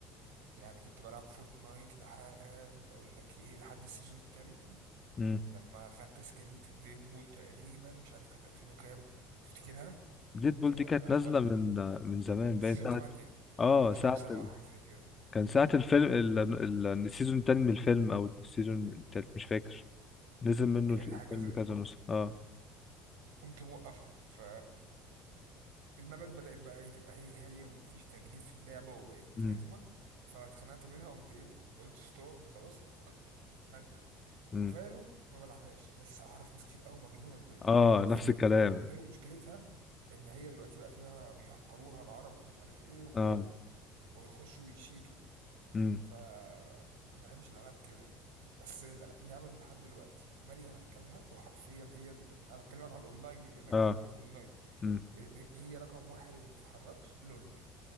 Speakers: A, on the right; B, on the left.
A: يعني كنت بلعب فورتنايت لحد اقول لك ايه لحد السيزون الثامن
B: امم
A: لما خدت سكنة الديد بول تقريبا مش عارف كانت 2000 وكام تفتكرها
B: ديد بول
A: ف
B: دي كانت نازلة
A: بط-
B: من من زمان باين
A: سيزون
B: ساعة
A: 8
B: اه
A: او سيزون
B: ساعة
A: 7
B: ال...
A: حاجه زي كده
B: كان ساعة الفيلم ال... ال... السيزون التاني من الفيلم او السيزون التالت مش فاكر نزل منه
A: يعني
B: الف- الفيلم
A: حاجه
B: كذا نسخة اه
A: قمت موقفها ف المبات بدأت بقى ايه تبقى هي هي ومفيش تجديد في اللعبة وبقت
B: امم
A: رخمة فاتخنقت منها قمت ايه قلت ستوب خلاص بدل
B: امم
A: فالو ما بلعبهاش بس أعرف ناس كتير قوي مجنونة بفالو
B: اه
A: عارفين
B: نفس الكلام
A: وبيقول لك فالو مشكلتها إن هي دلوقتي بقى فيها بيهكروها العرب ومش عارف ايه وكده
B: اه
A: ويخشوا بيشيتوا
B: امم
A: ف ما بحبش الألعاب كده بس اللعبة اللي لحد دلوقتي مالية مركزها وحرفيا هي ال... أنا بكلمك على الأونلاين بما إنك دخلت
B: اه
A: لي في الأونلاين
B: امم
A: هي رقم واحد وما بتتحركش لول